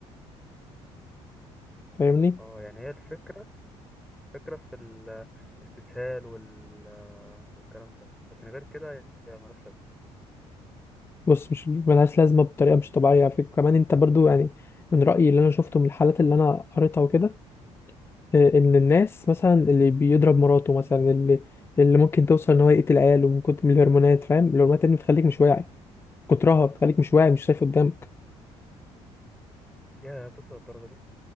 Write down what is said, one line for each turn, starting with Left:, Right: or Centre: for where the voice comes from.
Left: فاهمني
Centre: اه يعني هي الفكرة فكرة في الاستسهال وال... والكلام ده لكن غير كده هي ملهاش لازمة
Left: بص مش ملهاش لازمه بطريقه مش طبيعيه فيك كمان انت برضو يعني من رايي اللي انا شفته من الحالات اللي انا قريتها وكده آه، ان الناس مثلا اللي بيضرب مراته مثلا اللي اللي ممكن توصل ان هو يقتل عياله من كتر من الهرمونات فاهم الهرمونات اللي بتخليك مش واعي كترها بتخليك مش واعي مش شايف قدامك
Centre: يا توصل للدرجة دي